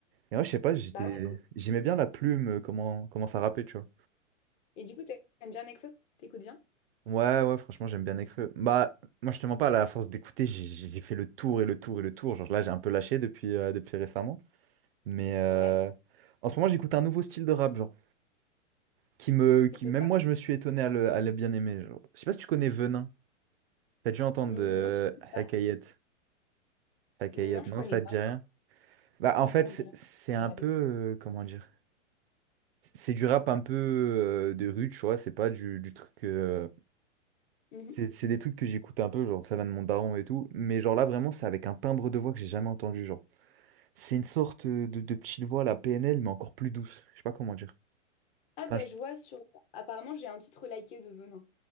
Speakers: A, on the right; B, on the left.
A: Et moi, je sais pas, j'étais...
B: Bah ouais. bon.
A: j'aimais bien la plume, euh, comment... comment ça rappait, tu vois.
B: Et du coup, t'a- t'aimes bien Nekfeu? T'écoutes bien?
A: Ouais, ouais, franchement, j'aime bien Nekfeu. Bah, moi, je te mens pas, là, à force d'écouter, j'ai j'ai- j'ai fait le tour et le tour et le tour. Genre, là, j'ai un peu lâché depuis, euh, depuis récemment. Mais euh,
B: Ouais.
A: en ce moment, j'écoute un nouveau style de rap, genre. qui me, qui,
B: T'écoutes
A: même
B: quoi?
A: moi, je me suis étonné à le, à le bien aimer. genre. Je sais pas si tu connais Venin. T'as dû entendre
B: Hmm,
A: de
B: non, je connais pas.
A: Hakayet. Hakayet,
B: Mmh, Non, je
A: non,
B: connais
A: ça
B: pas.
A: te dit rien? Bah,
B: Non,
A: en fait,
B: ça me
A: c'est
B: dirait.
A: c'est un
B: Regardez.
A: peu, euh, comment dire? C'est du rap un peu euh, de rue, tu vois. C'est pas du, du truc. euh,
B: Mhm.
A: c'est c'est des trucs que j'écoute un peu, genre ça va de mon daron et tout. Mais genre là, vraiment, c'est avec un timbre de voix que j'ai jamais entendu, genre. C'est une sorte euh, de, de petite voix, la PNL, mais encore plus douce. Je sais pas comment dire.
B: Ah
A: Enfin,
B: bah
A: je-
B: je vois sur... Apparemment, j'ai un titre liké de Venin.